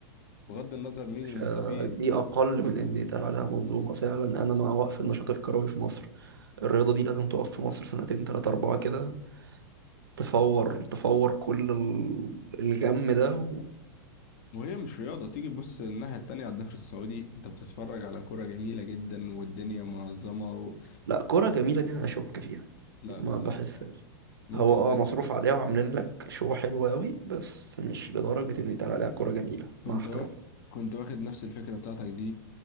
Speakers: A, on the left; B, on the right.
A: بغض النظر مين المستفيد
B: آه، دي أقل من إن يتقال عليها منظومة فعلا أنا مع وقف النشاط الكروي في مصر الرياضة دي لازم تقف في مصر سنتين تلاتة أربعة كده تفور تفور كل ال- الغم ده و...
A: وهي مش رياضة تيجي بص الناحية التانية على الدوري السعودي انت بتتفرج على كرة جميلة جدا والدنيا منظمة و...
B: لا كرة جميلة دي أنا أشك فيها
A: لا
B: ما
A: لا
B: بحسهاش
A: لا ممكن
B: هو
A: ت...
B: اه مصروف عليها وعاملين لك شو حلو قوي بس مش لدرجة إن يتقال عليها كرة جميلة
A: كنت
B: مع احترامي
A: و... كنت واخد نفس الفكرة بتاعتك دي